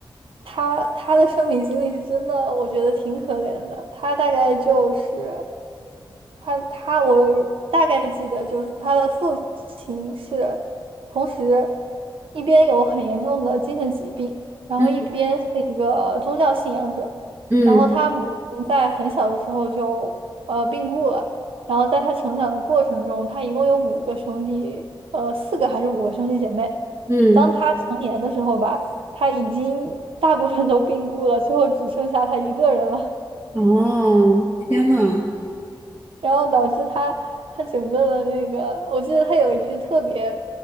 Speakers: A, on the right; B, on the right.
A: 他他的生命经历是真的，我觉得挺可怜的。他大概就是，他他我大概记得，就是他的父亲是同时一边有很严重的精神疾病，然后一边是一个宗教信仰者，
B: 嗯嗯
A: 然后他母亲在很小的时候就呃病故了，然后在他成长的过程中，他一共有五个兄弟，呃四个还是五个兄弟姐妹，
B: 嗯，
A: 当他成年的时候吧，他已经大部分都病故了，最后只剩下他一个人了。
B: 哦，天呐，
A: 然后导致他他整个的那个，我记得他有一句特别